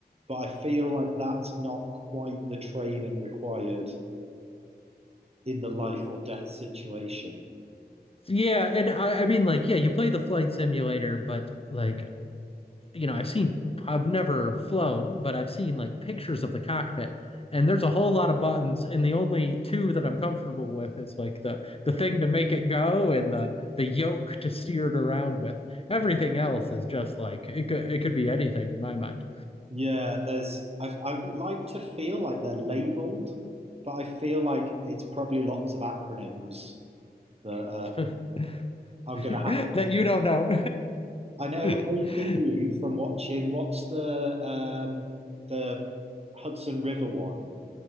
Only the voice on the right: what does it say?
But I feel like that's not quite the training required in the life or death situation.
Yeah, there's I I would like to feel like they're labeled, but I feel like it's probably lots of acronyms that uh,
I'm gonna
have to
I know
OPU from watching what's the um the Hudson River one